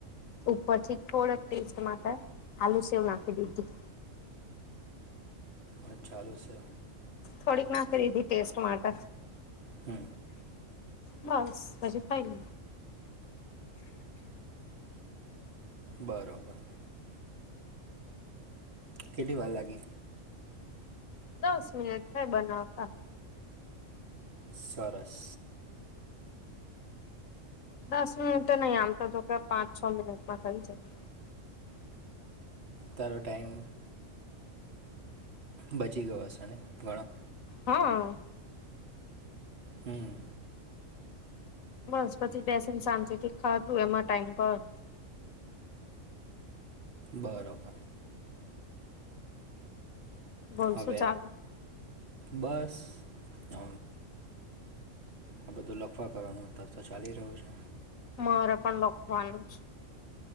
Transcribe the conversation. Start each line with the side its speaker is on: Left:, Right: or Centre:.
Left: ઉપરથી થોડક સ્ટ માટે આલુ સેવ નાખી દીધી
Right: અ ચાાલું છે
Left: થોડીક ના ફરીધ ટેસ્ટ માટ
Right: હમ
Left: બસ હજ કાઈ ન
Right: બરાબર કેટ ભાર લાગે
Left: દસ મિનિટ થાય બનાવતા
Right: સરસ
Left: દસ મિનિટે નહી આમ તો જો કે પાંચ છ મિનિટમાં થઇ જાય
Right: તારો ટાઈમ બચી ગયો હ છે ને ઘણો
Left: હા
Right: હું
Left: બસ પછી બેસીને સાાજે થી ખાધું એમાં ટાઈમ કર
Right: બરોબર
Left: બોલશું
Right: હવે
Left: ચાાલ
Right: બસ હ આ બધું લખવા કરવાનું અત્ય્યારે તો ચાલી રહ્યું છે
Left: મારે પણ લખવાનું છે